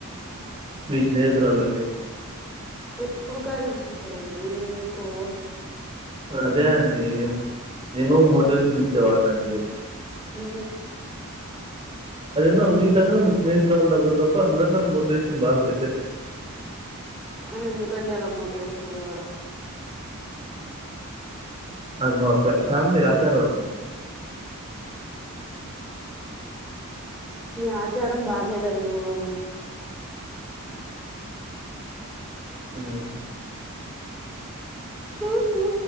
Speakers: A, on the right; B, in the centre.
A: మీ స్నేహితురాలండి
B: ఎప్పుడు గాలి చేసారండి మీకు
A: అదే అండి నేను మోటివేషన్ ఇచ్చేవాడినండి
B: ఉహు
A: అదన్నా మీ దగ్గర మీ స్నేహితురాళ దగ్గర తప్ప అందరిక కూడా మోటివేషన్ బాల్స
B: అని ఎందుకండి అలా మోటివేషన్ ఇవ్వడం
A: అది మా ఫ ఫ్యామిలీ ఆచారామండీ
B: మీ ఆచారం బాగాలేదండి బాబు
A: ఉమ్
B: హు హు